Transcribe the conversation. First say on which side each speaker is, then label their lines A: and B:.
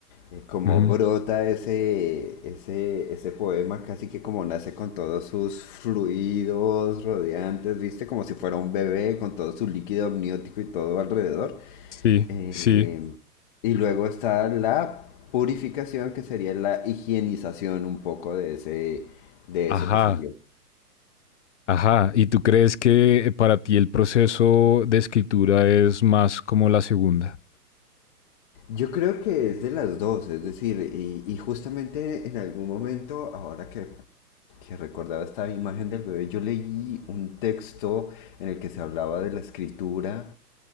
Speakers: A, on the left; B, on the left.
A: Eh, como
B: Ujú.
A: brota ese, ese, ese poema, casi que como nace con todos sus fluidos rodeantes, ¿viste? Como si fuera un bebé con todo su líquido amniótico y todo alrededor.
B: Sí,
A: Eh,
B: sí.
A: y luego está la purificación, que sería la higienización un poco de ese, de
B: Ajá,
A: eso que salió.
B: ajá. ¿Y tú crees que para ti el proceso de escritura es más como la segunda?
A: Yo creo que es de las dos, es decir, y, y justamente en algún momento, ahora que, que recordaba esta imagen del bebé, yo leí un texto en el que se hablaba de la escritura